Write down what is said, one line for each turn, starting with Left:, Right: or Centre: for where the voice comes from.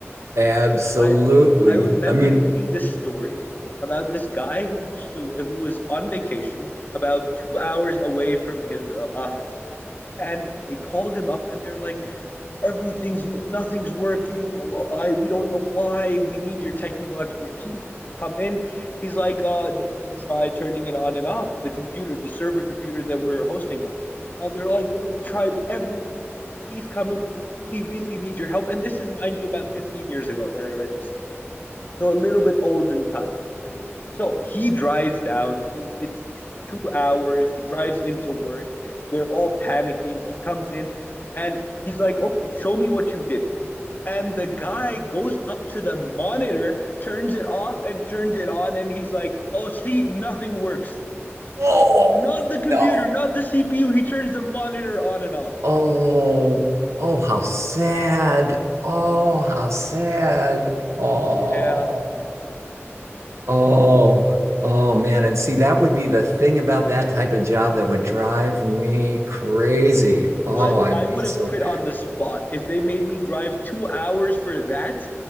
Right: Absolutely.
Left: I I remember
Right: I mean,
Left: reading this story about this guy who used to who was on vacation about 2 hours away from his uh, office and they called him up and they're like everything's nothing's working. uh, uh, I, we don't know why. We need your technical expertise. Can you come in? He's like, uh, did you try turning it on and off the computer, the server computer that we're hosting on? And they're like, yeah, we tried everything. Can you please come in? We really, really need your help. And this is, mind you, about 15 years ago that I read this story. So a little bit older in times. So he drives down. He it takes two hours. He drives into work. They're all panicking. He comes in and he's like, "Okay, show me what you did." And the guy goes up to the monitor, turns it off, and turns it on, and he's like, "Oh, see, nothing works.
Right: Oh
Left: Not the computer,
Right: no.
Left: not the CPU. He turns the monitor on and off."
Right: Oh, oh, how sad. Oh, how sad. Oh,
Left: Yeah,
Right: oh, oh man. And see, that would be the thing about that type of job that would drive me crazy. Oh,
Left: I
Right: I'd
Left: I
Right: be
Left: would
Right: so
Left: have quit
Right: bad.
Left: on the spot if they made me drive two hours for that.